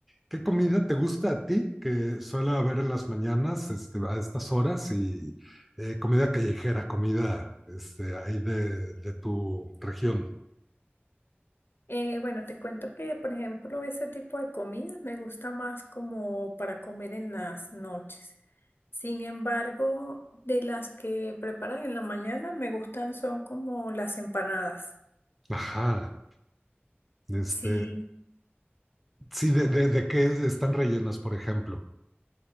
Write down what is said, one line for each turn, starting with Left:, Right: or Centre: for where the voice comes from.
Centre: ¿Qué comida te gusta a ti que suele haber en las mañanas, este, a estas horas? Y eh, comida callejera, comida este, ahí de, de tu región.
Left: Eh, bueno, te cuento que, por ejemplo, ese tipo de comida me gusta más como para comer en las noches. Sin embargo, de las que preparan en la mañana me gustan son como las empanadas.
Centre: Ajá. Este,
Left: Sí,
Centre: sí, de, de, de qué están rellenas, por ejemplo.